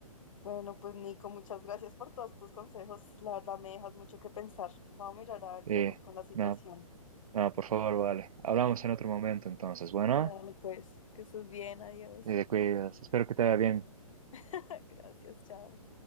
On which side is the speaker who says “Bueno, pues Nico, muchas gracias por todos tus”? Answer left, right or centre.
Left